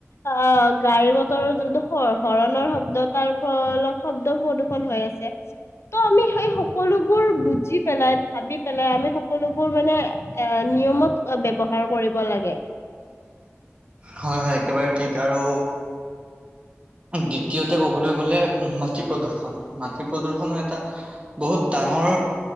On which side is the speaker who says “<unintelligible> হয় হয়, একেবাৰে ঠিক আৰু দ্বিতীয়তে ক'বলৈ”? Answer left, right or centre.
Right